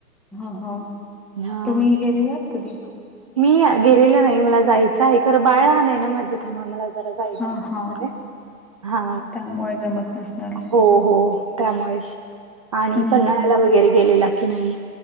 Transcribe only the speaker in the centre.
हा हा.
तुम्ही गेलेलात कधी?
हा
हा
त्यामुळे जमत नसणार
हम्म